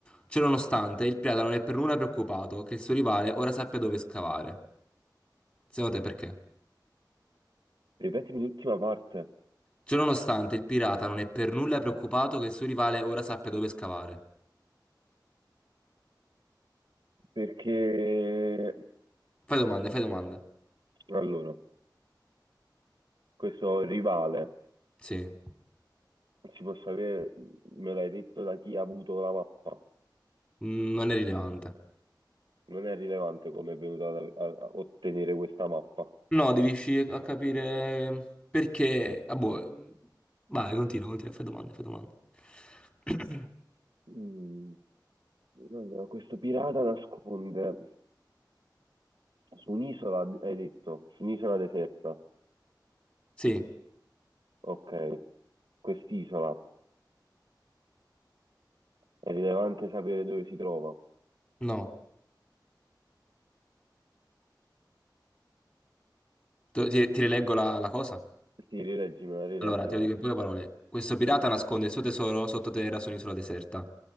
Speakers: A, on the left; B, on the right.
A: Ciononostante, il pirata non è per nulla preoccupato che il suo rivale ora sappia dove scavare. Secondo te perché?
B: Ripetimi l'ultima parte,
A: Ciononostante, il pirata non è per nulla preoccupato che il suo rivale ora sappia dove scavare.
B: perché
A: Fai domande, fai domande.
B: allora, questo rivale,
A: Sì,
B: si può sapere, me l'hai detto da chi ha avuto la mappa,
A: Mm, non è rilevante.
B: non è rilevante come è venuto ad- a, a ottenere questa mappa.
A: No, devi riuscire a capire perché... Ah, boh. Vai, continua, continua, fai domande, fai domande. <coughs>
B: Mm. Allora, questo pirata nasconde su un'isola, hai detto, su un'isola deserta.
A: Sì,
B: Ok, quest'isola, è rilevante sapere dove si trova.
A: no. Ti, ti rileggo la, la cosa?
B: Sì, rileggimela, rileggimela.
A: Allora, te lo dico in poche parole. Questo pirata nasconde il suo tesoro sottoterra su un'isola deserta.